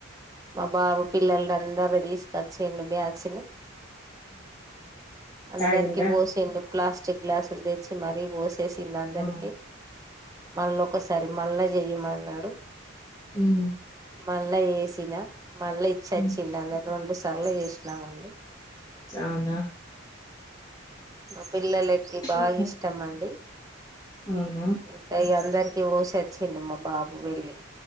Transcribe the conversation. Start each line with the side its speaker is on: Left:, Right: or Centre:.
Right: మా బాబు పిల్లలందర్ని తీసుకొచ్చిండు బ్యాచ్ ని అందరికి
Left: తాగిండ్రా
Right: బోసిండు ప్లాస్టిక్ గ్లాసులు తెచ్చి మరీ పోసే సిండు అందరికి
Left: ఆ.
Right: మళ్ళోక్కసారి మళ్ళా జెయమన్నడు
Left: మ్
Right: మళ్ళ చెసినా మళ్ళ ఇచ్చోచ్చిండు
Left: ఉమ్,
Right: అందర్ రొండు సార్ల చేసినామ్ అండీ
Left: అవునా
Right: మా పిల్లలకి బాగా
Left: ఓహో,
Right: ఇష్టం అండి
Left: అవునా
Right: ఇంకా ఇగ అందరికి పోసోచ్చిండు మా బాబు వెళ్ళి